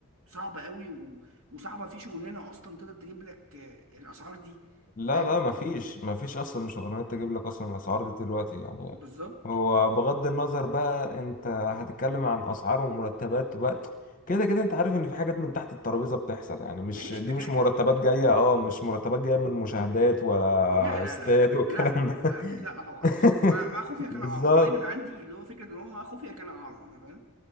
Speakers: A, on the right; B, on the left.
A: صعبه قوي و... وصعبه في شغلانه اصلا تقدر تجيب لك آه، الاسعار دي
B: لا
A: فاهم
B: لا مفيش مفيش اصلا شغلانات تجيب لك اصلا الاسعار دي دلوقتي يعني
A: بالظبط
B: هو بغض النظر بقى انت هتتكلم عن اسعار ومرتبات بقى كده كده انت عارف ان في حاجات من تحت الترابيزه بتحصل يعني مش
A: ماشي
B: دي
A: ده كده
B: مش
A: كده
B: مرتبات جايه اه مش مرتبات جايه من مشاهدات ولا
A: لا لا
B: استاد
A: لا لا
B: والكلام
A: لا لا,
B: ده
A: لا اكيد لا طبعا
B: <laughs>
A: يس ما ما خفيا كان
B: بالظبط
A: اعظم دايما عندي اللي هو فكره ان هو ما خفيا كان اعظم فاهم